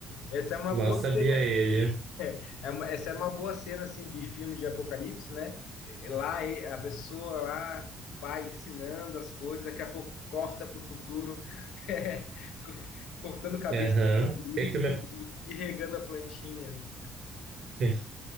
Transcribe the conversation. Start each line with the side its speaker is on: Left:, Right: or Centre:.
Left: Essa é uma
Right: Mal
Left: boa
Right: sabia
Left: cena,
Right: ele.
Left: <laughs> é uma- essa é uma boa cena assim de filme de apocalipse, né? É, Lá e- a pessoa lá, o pai ensinando as coisas, daqui a pouco corta para o futuro, <laughs> é, co- cortando cabeça
Right: Aham.
Left: de zumbis
Right: é que que eu
Left: e,
Right: me...
Left: e regando a plantinha. assim.
Right: <laughs>